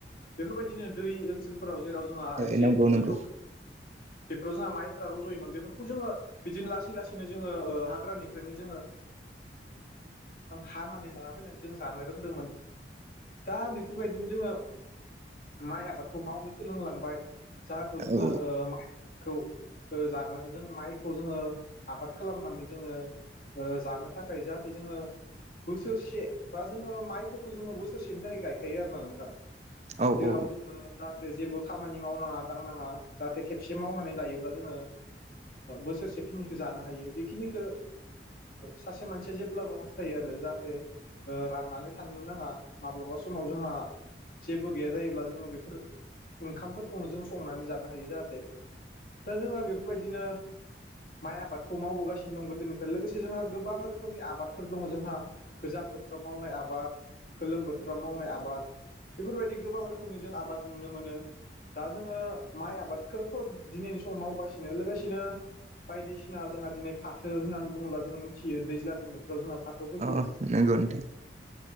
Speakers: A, on the left (about 55°); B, on the right (about 35°).
A: बेफोरबायदिनो दै नाव जेराव जोंहा
B: औ
A: एसे
B: नंगौ नंगौ
A: गोथौ बेफोराव जोंहा माइफोरा रज'योमोन बेफोरखौ जोङो बिदिनो लासै लासै नो जोङो हाग्रानिफ्रायनो जोङो हानानै लाना फैनानै जों जानो रोंदोंमोन दा बेफोरबायदिनो जोङो माइ आबादखौ मावनो सोलोंलांबाय जाहाथे
B: औ
A: जोङो माइखौ जानो जों माइखौ जोङो आबाद खालामनानै जोङो, जानो थाखाय जाहाथे जोङो बोसोरसे बा जोङो माइफोरखौ जोङो बोसोरसेनि थाखाय गायखायो आरोना नोंथां।
B: औ
A: जेराव
B: औ
A: जों जेबो खामानि मावनाङा दांनाङा जाहाथे खेबसे मावनानै लायोब्ला जोङो बोसोरसे खे बेिनिखौ जानो हायो, बेखिनिखौ सासे मानसिया जेब्लाबो हास्थायो आरो। जाहाथे राननानै थानो नाङा माब्लाबा समाव जोंहा जेबो गैया जायोब्ला जोङो बेफोर ओंखामफोरखौनो जों संनानै जानो हायो, जाहाथे दा जोङो बेफोरबायदिनो माइ आबादखौ मावबोगासिनो दं गोदोनिफ्राय लोगोसे जोंहा गोबां रोखोमनि आबादफोर दङ' जोंहा गोजां बोथोराव मावनाय आबाद, गोलोम बोथोराव मावनाय आबाद बेफोरबायदि गोबां रोखोमनि जों आबाद नुनो मोनो दा जोङो माइ आबादखौथ' दिनैनि समाव मावगासिनो लोगोसेनो बायदिसिना जोंहा दिनै फाथो होन्नानै बुङोब्ला जों मिथियो दैज्लांनि बोथोराव जोंहा फाथोखौ
B: अ नोंगौ नोंथां।